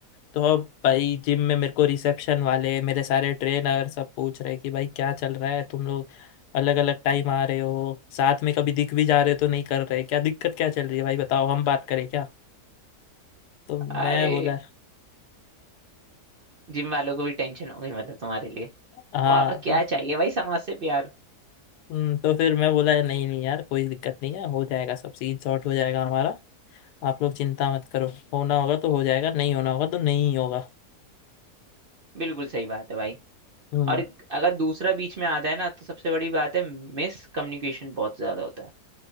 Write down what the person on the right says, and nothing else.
अरे
जिम वालों को भी टेंशन हो गई मतलब तुम्हारे लिए
और क्या
चाहिए भाई समाज से प्यार
बिल्कुल सही बात है भाई
और अगर दूसरा बीच में आता है ना तो सबसे बड़ी बात है मिस कम्युनिकेशन बहुत ज्यादा होता है